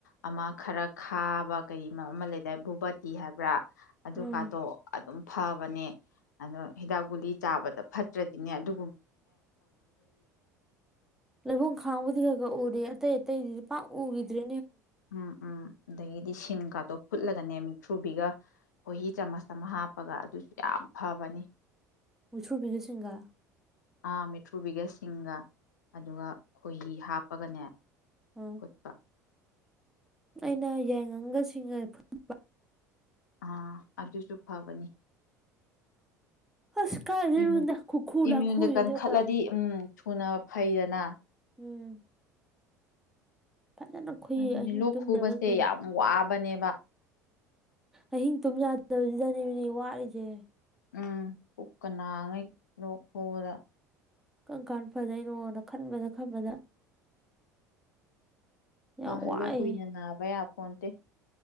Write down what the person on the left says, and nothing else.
ꯑꯃ ꯈꯔ ꯈꯥꯕ ꯀꯔꯤ ꯑꯃ ꯂꯩꯗꯥ ꯚꯣꯕꯇꯤ ꯍꯥꯏꯕ꯭ꯔꯥ ꯑꯗꯨꯒꯗꯣ
ꯑꯗꯨꯝ ꯐꯕꯅꯦ ꯑꯗꯣ ꯍꯤꯗꯥꯛ ꯒꯨꯂꯤ ꯆꯥꯕꯗ ꯐꯠꯇ꯭ꯔꯗꯤꯅꯦ ꯑꯗꯨ
ꯎꯝ ꯎꯝ ꯑꯗꯒꯤꯗꯤ ꯁꯤꯡ ꯀꯥꯗꯣ ꯐꯨꯠꯂꯒꯅꯦ ꯊ꯭ꯔꯨꯕꯤꯒꯥ ꯍꯍꯤ ꯆꯃꯁ ꯑꯃ ꯍꯥꯞꯄꯒ ꯑꯗꯨꯁꯨ ꯌꯥꯝ ꯐꯕꯅꯤ
ꯑꯥ ꯃꯨꯊ꯭ꯔꯨꯕꯤꯒ ꯁꯤꯡꯒ ꯑꯗꯨꯒ ꯈꯣꯏꯍꯤ ꯍꯥꯞ ꯄꯒꯅꯦ
ꯐꯨꯠꯄ
ꯑꯥ ꯑꯗꯨꯁꯨ ꯐꯕꯅꯤ
ꯏꯃꯨꯟ
ꯏꯃ꯭ꯌꯨꯟꯗ
ꯀꯟꯈꯠꯂꯗꯤ
ꯎꯝ ꯊꯨꯅ ꯐꯩꯗꯅ
ꯑꯗꯨꯅꯤ
ꯂꯣꯛ
ꯈꯨꯕꯁꯦ
ꯌꯥꯝ ꯋꯥꯕꯅꯦꯕ
ꯎꯝ ꯄꯨꯀꯅꯥꯥꯉꯩ ꯂꯣꯛ ꯈꯨꯕꯗ
ꯑꯥ ꯍꯜꯂꯣ
ꯀꯨꯏꯅ ꯅꯥꯕꯥ ꯌꯥꯕꯥ ꯄꯣꯟꯇꯦ